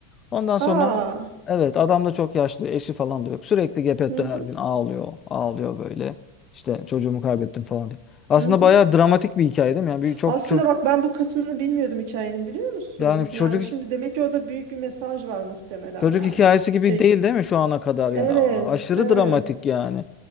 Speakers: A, on the left (about 20°); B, on the right (about 55°).
A: Ondan sonra
B: Aa.
A: evet adam da çok yaşlı eşi falan da yok. Sürekli Geppetto
B: Hı
A: her
B: hı.
A: gün ağlıyor ağlıyor böyle. İşte çocuğumu kaybettim falan diye. Aslında
B: Hı hı.
A: bayağı dramatik bir hikaye değil mi? Yani bir çok
B: Aslında
A: çok
B: bak ben bu kısmını bilmiyordum hikayenin biliyor musun?
A: yani çocuk
B: Yani şimdi demek ki orada büyük bir mesaj var muhtemelen
A: çocuk
B: yani.
A: hikayesi gibi
B: Şey
A: değil değil mi şu ana kadar
B: evet,
A: yani A- aşırı
B: evet.
A: dramatik yani.